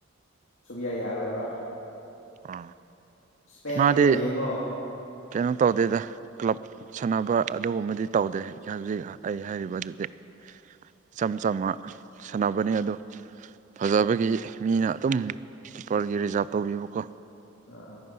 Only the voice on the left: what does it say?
ꯁꯨꯛꯌꯥ ꯌꯥꯔꯣꯏꯕ
ꯏꯁꯄꯦꯟꯒꯤꯗꯣ
ꯌꯦꯡꯉꯣ
ꯑꯥ